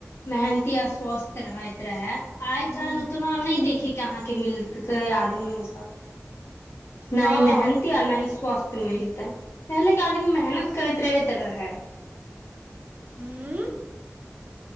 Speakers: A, on the left; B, on the right.
A: मेहनती आ स्वस्थ रहैत रहे आइ
B: ह
A: काल्हि उतना नहि देखे के अहाँके मिलततै आदमियो सब ना
B: हँ
A: ही मेहनती आ न ही स्वास्थ मिलते पहले के आदमी मेहनत करैत रहेैत रहे
B: हूँ